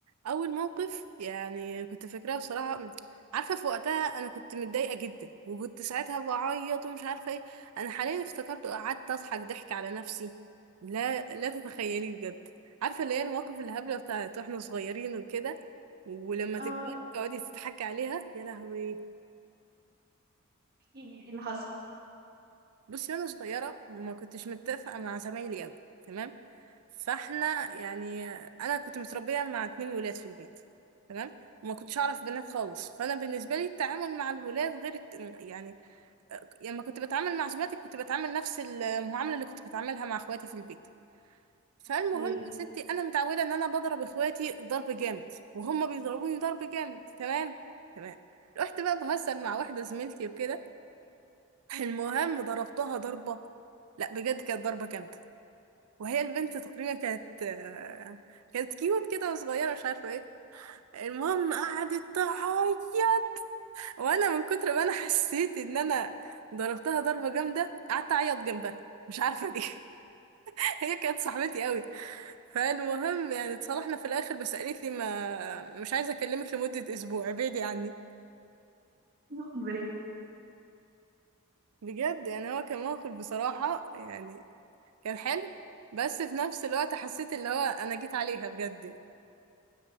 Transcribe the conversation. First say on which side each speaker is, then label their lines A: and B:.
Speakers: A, on the right (about 75°); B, on the right (about 45°).
A: اول موقف يعني كنت فاكراه بصراحه م- عارفه في وقتها انا كنت متضايقه جدا وكنت ساعتها بعيط ومش عارفه ايه انا حاليا افتكرت قعدت اضحك ضحك على نفسي لا لا تتخيلي بجد عارفه اللي هي المواقف الهبله بتاعت واحنا صغيرين وكده ولما تكبري
B: اه
A: تقعدي تضحكي عليها يا لهوي
B: احكي لي ايه اللي حصل
A: بصي وانا صغيره ما كنتش متفقه مع زمايلي قوي تمام فاحنا
B: اوكي
A: يعني انا كنت متربيه مع اتنين ولاد في البيت تمام وما كنتش اعرف بنات خالص فانا بالنسبه لي التعامل مع الولاد غير الت- يعني لما كنت بتعامل مع زملاتي كنت بتعامل نفس المعامله اللي كنت بتعاملها مع اخواتي في البيت فالمهم
B: اوكي
A: يا ستي انا متعوده ان انا بضرب اخواتي ضرب جامد وهم بيضربوني ضرب جامد تمام تمام رحت بقى بهزر مع واحده زميلتي وكده المهم ضربتها ضربه لا بجد كانت ضربه جامده وهي البنت تقريبا كانت آه، كانت كيوت كده وصغيرة مش عارفة ايه المهم قعدت تعيط وانا من كتر ما انا حسيت ان انا ضربتها ضربة جامدة قعدت اعيط جنبها مش عارفة دي <laughs> هي كانت صاحبتي قوي فالمهم يعني اتصالحنا في الاخر بس قالت لي ما مش عايزة اكلمك لمدة اسبوع ابعدي عني
B: ناخد بريك
A: بجد يعني هو كان موقف بصراحة يعني كان حلو بس في نفس الوقت حسيت اللي هو انا جيت عليها بجد